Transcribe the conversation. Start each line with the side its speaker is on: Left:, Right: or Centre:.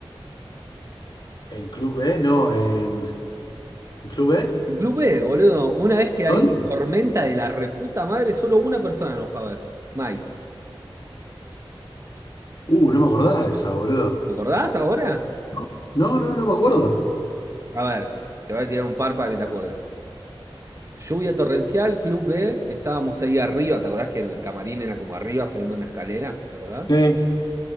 Left: En Club B, no, en, ¿en Club B,
Right: En Club B, boludo. Una vez que había
Left: ¿Torio?
Right: una tormenta de la reputa madre, solo una persona nos fue a ver. Mike.
Left: Uh, no me acordaba de esa, boludo.
Right: ¿Te acordás ahora?
Left: No, no, no, no me acuerdo.
Right: A ver, te voy a tirar un par para que te acuerdes. Lluvia torrencial, Club B. Estábamos ahí arriba. ¿Te acordás que el camarín era como arriba, subiendo una escalera? ¿Te acordás?
Left: Sí.